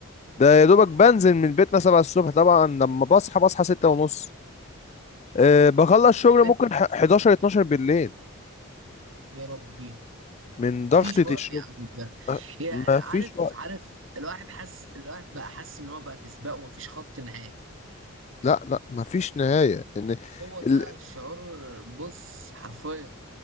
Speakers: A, on the left; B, on the right.
A: ده يا دوبك بنزل من بيتنا 7 الصبح طبعا لما بصحى بصحى 6 ونص أه بخلص شغل
B: يعني
A: ممكن ح- 11 12 بالليل
B: يا ربي
A: من ضغطة
B: مفيش وقت
A: الشغل
B: يا عم ده
A: أه،
B: هي
A: مفيش
B: عارف
A: وقت
B: عارف الواحد حاسس الواحد بقى حاسس ان هو بقى في سباق ومفيش خط نهائي
A: لا لا مفيش نهاية ان
B: هو ده
A: ال-
B: الشعور بص حرفيا